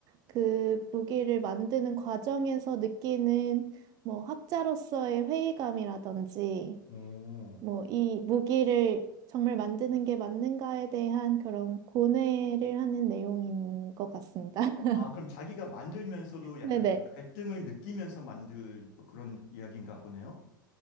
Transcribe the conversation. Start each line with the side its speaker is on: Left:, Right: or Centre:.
Right: 그 무기를 만드는 과정에서 느끼는 뭐 학자로서의 회의감이라든지
Left: 오.
Right: 뭐 이 무기를 정말 만드는 게 맞는가에 대한 그런 고뇌를 하는 내용인 것 같습니다. <laughs>
Left: 아, 그럼 자기가 만들면서도 약간
Right: 네네.
Left: 좀 갈등을 느끼면서 만들 뭐 그런 이야기인가 보네요?